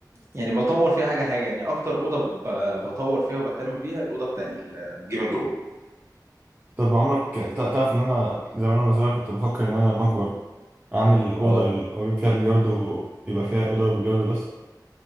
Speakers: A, on the right (about 40°); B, on the right (about 20°).
A: يعني بطور فيها حاجه حاجه يعني اكتر اوضه ب- بطور فيها وبهتم بيها الاوضه بتاعت الجيمنج روم
B: طب عمرك تع- تعرف ان انا زمان وانا صغير كنت بفكر ان انا لما اكبر اعمل اوضه
A: اه
B: لل- واجيب فيها بلياردو يبقى فيها اوضه بلياردو بس